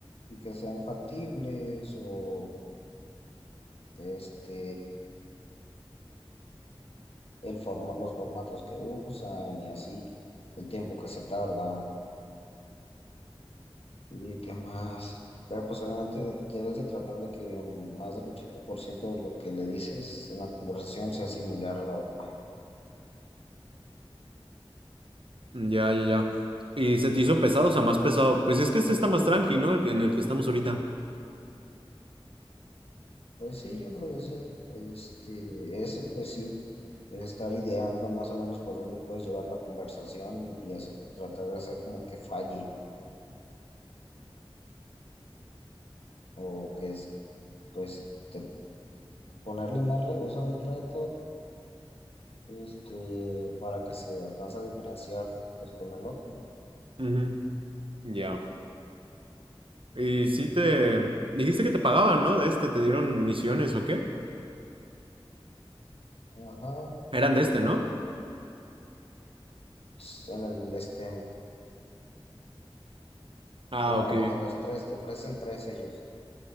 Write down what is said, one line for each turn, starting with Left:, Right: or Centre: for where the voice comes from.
Left: y que sean factibles o este, el forma, los formatos que usan y así, el tiempo que se tardan. ¿Y qué más? Pero pues obviamente debes de tratar de que más del 80% de lo que le dices en la conversación sea similar a la otra.
Right: Ya, ya, ya. ¿Y se te hizo pesado, o sea, más pesado? Pues es que este está más tranqui, ¿no? El que- en el que estamos ahorita.
Left: Pues sí, yo creo que sí. Este, ese pues sí, es estar ideando más o menos por dónde puedes llevar la conversación y hacer- tratar de hacer como que falle o que es, pues te- ponerle más, re- o sea, un reto, este, para que se alcance a diferenciar pues con el otro.
Right: Ujú. Ya. Y sí te... Dijiste que te pagaban, ¿no? De este, ¿te dieron misiones o qué?
Left: Ajá.
Right: Eran
Left: eh,
Right: de este, ¿no?
Left: s- En el, este,
Right: Ah,
Left: bueno,
Right: ok.
Left: de los tres, te ofrecen tres ellos.